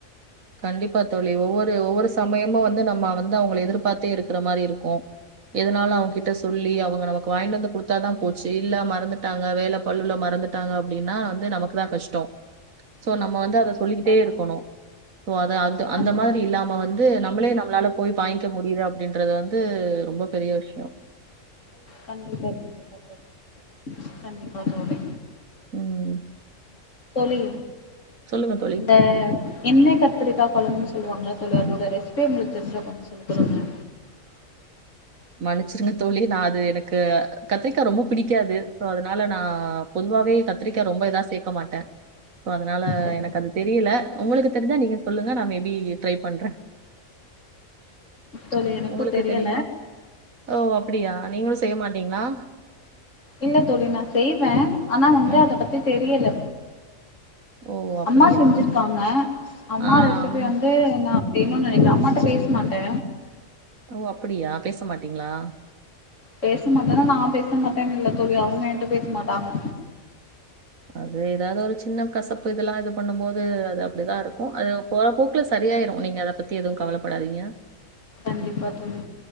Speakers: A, on the right; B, on the left.
A: கண்டிப்பா தோழி ஒவ்வொரு ஒவ்வொரு சமயமு வந்து நம்ம வந்து அவங்கள எதிர்பார்த்தே இருக்குற மாரி இருக்கு எதனாலு அவங்கிட்ட சொல்லி அவங்க நமக்கு வாங்கிட்டு வந்து குடுத்தாதா போச்சு இல்ல மறந்துட்டாங்க வேல பள்ளுல மறந்துட்டாங்க அப்படின்னா வந்து நமக்குதா கஷ்டொ சோ நம்ம வந்து அத
B: கண்டிப்பா
A: சொல்லிகிட்டே
B: தோழி
A: இருக்கணு சோ அத அது அந்த
B: ஆமா
A: மாதிரி இல்லாம நம்ம வந்து நா நம்ளே நம்மளால போய் பாயங்க முடியுது அப்படின்றது வந்து ந்து ரொம்ப பெரிய விஷயொ
B: கண்டிப்பா கண்டிப்பா தோழி கண்டிப்பா தோழி
A: ம்
B: தோழி
A: சொல்லுங்க தோழி
B: இந்த எண்ண கத்தரிக்கா கொழம்புனு சொ சொல்லுவாங்களா தோழி அதோட ரெசிபே உங்களுக்கு தெறிஞ்சா கொஞ்சொ சொல்லுங்க
A: மன்னிச்சுருங்க தோழி நா அது எனக்கு கத்திரிக்கா ரொம்ப பிடிக்காது சோ அதனால நா பொதுவாவே கத்திரிக்கா ரொம்ப இதா சேக்க மாட்டே சோ அதனால
B: சரிங்க
A: எனக்கு அது தெரியல உங்களுக்கு தெரிஞ்சா நீங்க சொல்லுங்க நா மேபி ட்ரை பண்றே
B: தோழி எனக்கு
A: உங்களுக்கு
B: தெரியல
A: தெரியுமா ஓ அப்படியா நீங்களு செய்ய மாட் டிங்களா
B: இல்ல தோழி நா செய்வே ஆனா வந்து
A: ம்.
B: அத பத்தி தெரியல
A: ஓ! அப்படியா?
B: அம்மா செஞ்சிருக்காங்க அம்மா
A: ஆ,
B: ரெசிபி
A: அம்
B: வந்து நா வேணுன்னு நெனைக்ற அம்மாட்ட பேசமாட்ட
A: ஓ அப்படியா பேச மாட்டீங்களா
B: பேச மாட்டேன்னா நா பேச மாட்டேனு இல்ல தோழி அவுங்க என்ட்ட பேச மாட்டாங்க
A: அது எதாவது ஒரு சின்ன கசப்பு இதெல்லா இது பண்ணும் போது அது அப்படிதா இருக்கு அது போறப்போக்குல சரியாயிரு நீங்க அத பத்தி எதுவு கவலப்படாதீங்க
B: கண்டிப்பா தோழி